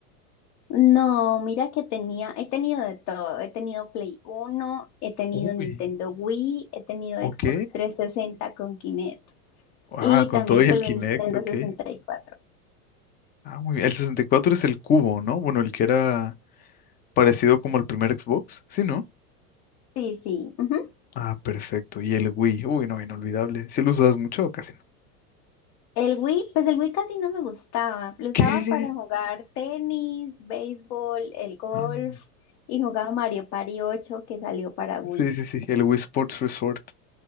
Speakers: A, on the left (about 50°); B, on the left (about 20°).
A: No, mira que tenía, he tenido de todo, he tenido Play Uno, he tenido
B: Uy,
A: Nintendo Wii, he tenido
B: ok.
A: Xbox 360 con Kinect.
B: Ah,
A: Y
B: con
A: también
B: todo y
A: tuve
B: el Kinect,
A: un Nintendo
B: ok.
A: 64.
B: Ah, muy bien. El 64 es el cubo, ¿no? Bueno, el que era parecido como el primer Xbox, ¿sí, no?
A: Sí, sí. ujú.
B: Ah, perfecto. Y el Wii. Uy, no, inolvidable. ¿Sí lo usabas mucho o casi no?
A: El Wii, pues el Wii casi no me gustaba. Lo usaba
B: ¿Qué?
A: para jugar tenis, béisbol, el golf
B: Ah,
A: y jugaba Mario Party ocho que salió para Wii.
B: sí, sí, sí. El Wii Sports Resort.